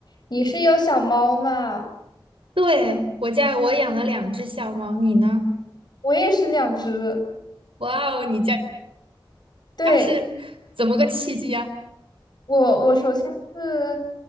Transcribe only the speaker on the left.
你是有小猫吗？
我也是两只。
对，
我，我首先是，